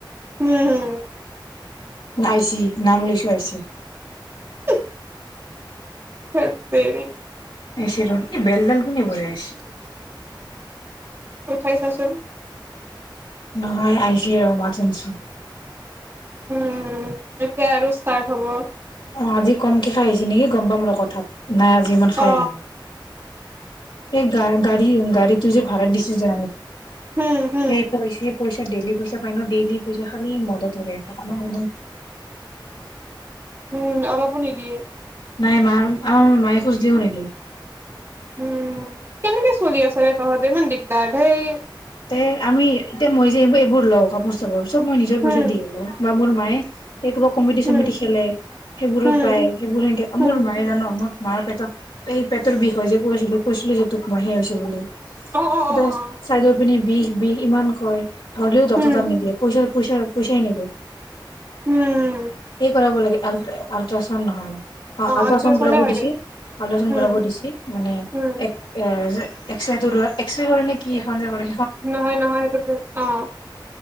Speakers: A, on the right (about 30°); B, on the left (about 85°).
A: উম, হম।
B: আইচি নাম লৈছো আইছি।
A: <inaudible> হেততেৰি।
B: আহিছে ৰ' এই বেলডাল কোনে বজাইচি
A: উঠাই চাচোন।
B: নহয় আহইছি ৰ মাত শুনচো।
A: উম। এতিয়া আৰু ষ্টাৰ্ট হ'ব।
B: অ আজি কমকে খায় আহিছে নেকি গম পাম ৰ কথাত। নাই আজি ইমান খায়
A: অ
B: আ এই গা গাড়ী, গাড়ীটো যে ভাড়া দিছি যে।
A: হম হম
B: সেই পইছি পইচা ডেইেলি পইচা পাইন ডেইেলি পইচা খালি মদত কৰে ন'
A: উম, অলপো নিদিয়ে।
B: নাই মা অ', মায়ে খোজ দিও নিদিওঁ।
A: উম। কেনেকে চলি আছ তহঁতে ইমান দিগদাৰ। এইেই
B: এ আমি এতিয়া মই যে এই এইবোৰ লওঁ ক বস্তুবোৰ চব মই নিজৰ পইচা
A: উম,
B: দি হ'লো বা মোৰ মায়ে এই কোবা কমিটি
A: উম,
B: চমিটি খেলে সেইবোৰে
A: উম,
B: পায় সেইবোৰ সেকে মোৰ
A: উম,
B: মায়ে জান' ম মাৰ পেটত এই পেটৰ বিষয়ে যে কৈছিলো কৈছিলো যে তোক মাহে হৈছিল বুলি।
A: অ', অ',
B: এটা
A: অ', অ',
B: চাই বিষ, বিষ ইমান কয়। হ'লেও দক্ষতা
A: উম,
B: নিদিয়ে পইচাৰ পুছা, পুছাই নিবি
A: উম,
B: সেই কৰাব লাগে। আল আলট্ৰা টান নহয় অ আল্ট্ৰাচাউণ্ড
A: আল্ট্ৰাচাউণ্ডে
B: কৰাব
A: হয়
B: দিছিল
A: দে
B: আল্ট্ৰাচাউড
A: উম,
B: কৰাব দিছিল মানে
A: উম,
B: এক যে এক্স ৰে ত এক্সৰে কৰি নে কি এখন যে কৰি
A: নহয় নহয় সেইটো অ